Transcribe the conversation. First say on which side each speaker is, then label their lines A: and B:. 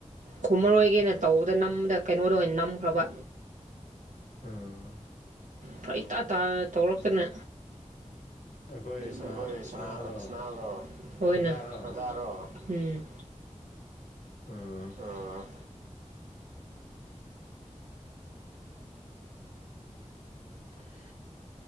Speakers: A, on the right; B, on the left.
A: ꯈꯨꯝꯃꯔꯣꯏꯒꯦꯅ ꯇꯧꯕꯗ ꯅꯝꯕꯗ ꯀꯩꯅꯣꯗ ꯑꯣꯏꯅ ꯅꯝꯈ꯭ꯔꯕ
B: ꯎꯝ
A: ꯐꯔꯛ ꯏꯇꯥ ꯇꯥꯅ ꯇꯧꯔꯛꯇꯅ
B: ꯑꯩꯈꯣꯏ ꯁꯅꯥ
A: ꯑꯩꯈꯣꯏꯅꯥ ꯁꯅꯥ
B: ꯁꯅꯥꯗꯣ ꯑꯣꯖꯥꯔꯣ
A: ꯔꯗꯥꯔꫭ ꯎꯝ
B: ꯎꯝ
A: ꯑ
B: <inaudible>